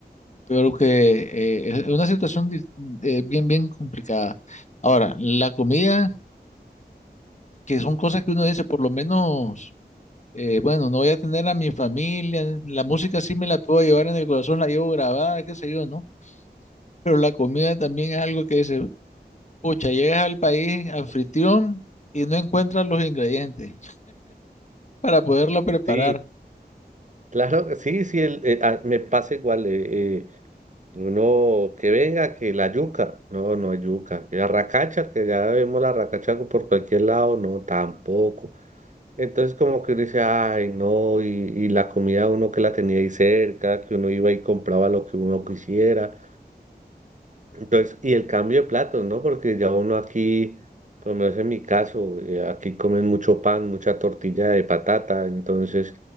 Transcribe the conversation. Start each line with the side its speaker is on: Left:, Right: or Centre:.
Left: Creo que eh, es una situación di- eh, bien, bien complicada. Ahora, la comida, que son cosas que uno dice, por lo menos, eh, bueno, no voy a tener a mi familia, la música sí me la puedo llevar en el corazón, la llevo grabada, qué sé yo, ¿no? Pero la comida también es algo que dice, pucha, llegas al país anfitrión y no encuentras los ingredientes para poderlo preparar.
Right: Sí, claro, sí, sí, el- eh, ah, me pasa igual. eh, eh, Uno, que venga, que la yuca. No, no hay yuca. Que la racacha, que ya vemos la racacha por cualquier lado. No, tampoco. Entonces como que uno dice, ay, no, y, y la comida uno que la tenía ahí cerca, que uno iba y compraba lo que uno quisiera. Entonces, y el cambio de platos, ¿no? Porque ya uno aquí, por lo menos en mi caso, eh, aquí comen mucho pan, mucha tortilla de patata, entonces